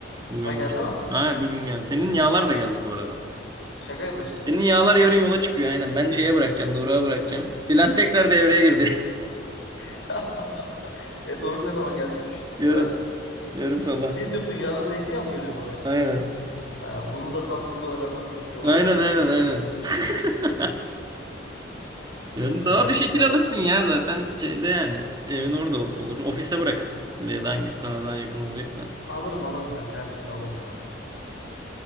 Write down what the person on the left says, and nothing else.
Ha geldi
mi?
Şaka yapıyorsun.
<laughs> E Doruk ne zaman gelecekmiş
buraya?
Ne diyorsun yarın Zeytinyağı mı geliyor bana ya?
Ha, bunu da tam burada öğrenmem çok iyi oldu
yani.
<laughs>
Az-
ya,
alırım alırım kanka her türlü alırım ben onu.